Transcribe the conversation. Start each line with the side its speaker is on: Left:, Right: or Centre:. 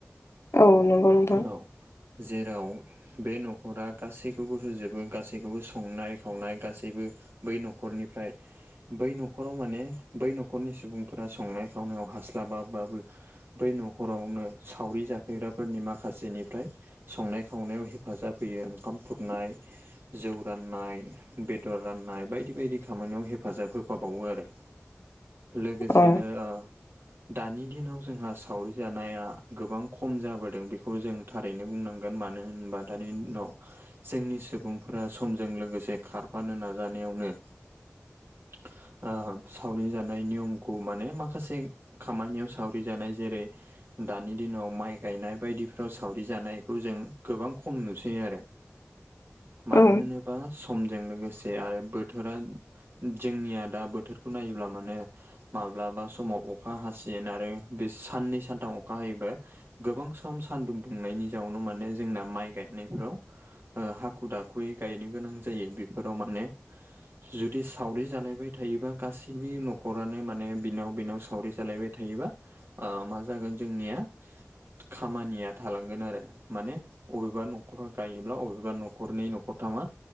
Left: औ नंगौ नोंथां
Right: औ जेराव बे न'खरा गासैखौबो होजोबो गासैखौबो संनाय खावनाय गासैबो बै न'खरनिफ्राय बै न'खराव माने बै न'खरनि सुबुंफोरा संनाय खावनायाव हास्लाबाबाबो बै न'खरावनो सावरि जाफैग्राफोरनि माखासेनिफ्राय संनाय खावनायाव हेफाजाब होयो ओंखाम खुरनाय जौ राननाय बेदर राननाय बायदि- बायदि खामानियाव हेफाजाब होफाबावो आरो। लोगोसेनो
Left: औ
Right: ओ दानि दिनाव जोंहा सावरि जानाया गोबां खम जाबोदों बेखौ जों थारैनो बुंनांगौ। गोन मानो होनबा दानि दिनाव जोंनि सुबुंफोरा समजों लोगोसे खारफानो नाजानायावनो <inaudible> ओ सावरि जानाय नियमखौ माने माखासे खामानियाव सावरि जानाय जेरै दानि दिनाव माइ गायनाय बायदिफ्राव सावरि जानाय बे खौ जों गोबां खम नुसैयो आरो। मानो
Left: औ
Right: होनोब बा समजों लोगोसे आरो बोथोरा जोंनिया दा बोथोरखौ नायोब्ला माने माब्लाबा समाव अखा हासिन आरो बे साननै सानथाम अखा हायोबा गोबां सम सान्दुं दुंनायनि जाउनाव माने जोंना माइ गायनायफ्राव हाखु दाखुयै गायनो गोनां जायो बेफोराव माने जुदि सावरि जालायबाय थायोबा गासैबो न'खरानो माने बिनाव बिनाव सावरि जालायबाय थायोबा मा ओ जागोन जोंनिया खामानिया थालांगोन आरो। माने अबेबा न'खर गायोब्ला अबेबा न'खरनि न'खरथामा